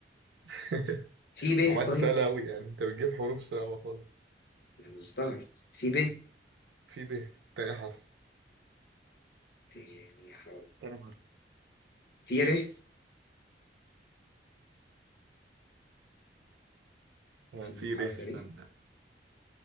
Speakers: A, on the right; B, on the left.
A: <laughs>
B: في ب
A: هو انت
B: طيب
A: سهلة أوي يعني انت بتجيب حروف صعبة خالص
B: أنا مستغرب في ب
A: في ب تاني حرف
B: تاني حرف
A: تاني حرف
B: في ر
A: آه،
B: في
A: في
B: حرف
A: ب استنى
B: ر